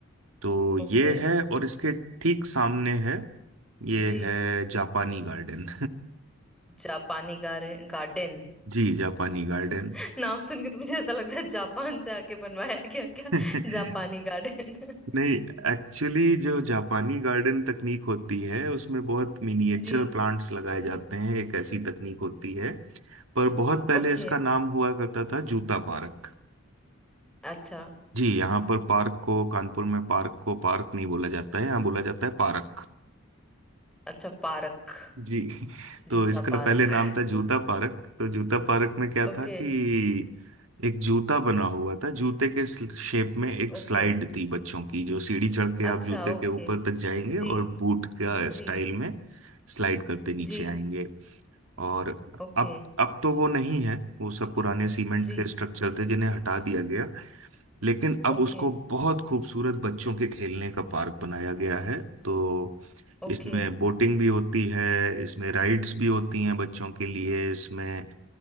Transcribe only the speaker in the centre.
ओके
जी
जापानी गार्डन गार्डन
<laughs> नाम सुन के तो मुझे ऐसा लगता है जापान से आके बनवाया गया
क्या जापानी गार्डन
<laughs> जी
ओके
अच्छा
अच्छा पार्क
जूता
पार्क
<laughs>
ओके
ओके
अच्छा
ओके
जी
जी
जी
ओके
जी
Okay
Okay